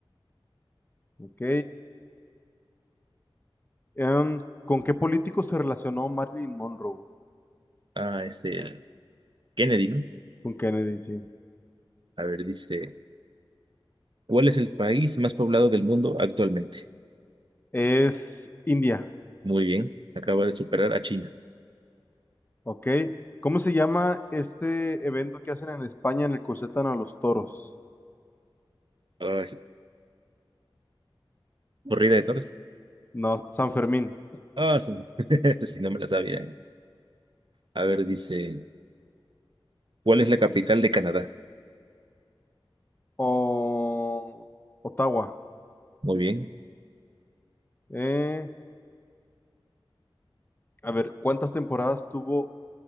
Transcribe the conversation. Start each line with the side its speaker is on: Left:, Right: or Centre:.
Left: Ok. Em, ¿con qué político se relacionó Marilyn Monroe?
Right: Ah, este, Kennedy, ¿no?
Left: Con Kennedy, sí.
Right: A ver, dice, ¿cuál es el país más poblado del mundo actualmente?
Left: Es India.
Right: Muy bien. Acaba de superar a China.
Left: Ok. ¿Cómo se llama este evento que hacen en España en el que sueltan a los toros?
Right: Ah, es- corrida de toros.
Left: No, San Fermín.
Right: Ah, sí. <laughs> sí no me la sabía. ¿eh? A ver, dice, ¿cuál es la capital de Canadá?
Left: O Ottawa.
Right: Muy bien.
Left: Eh, a ver, ¿cuántas temporadas tuvo